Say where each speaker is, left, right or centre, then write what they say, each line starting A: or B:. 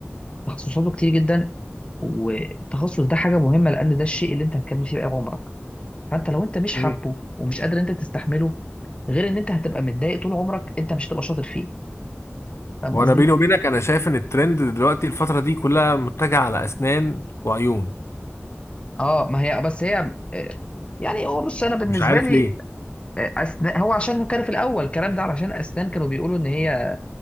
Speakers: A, on the left; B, on the left.
A: تخصصاته كتير جدا والتخصص ده حاجه مهمه لان ده الشيء اللي انت هتكمل فيه باقي عمرك فانت لو انت مش
B: مم.
A: حابه ومش قادر انت تستحمله غير ان انت هتبقى متضايق طول عمرك انت مش هتبقى شاطر فيه فاهم
B: وانا
A: قصدي
B: بيني وبينك انا شايف ان الترند دلوقتي الفترة دي كلها متجهة على اسنان وعيون
A: اه ما هي بس هي آه، يعني هو بص انا بالنسبه
B: مش عارف
A: لي
B: ليه
A: آه، اسنان هو عشان هو كان في الاول الكلام ده علشان اسنان كانوا بيقولوا ان هي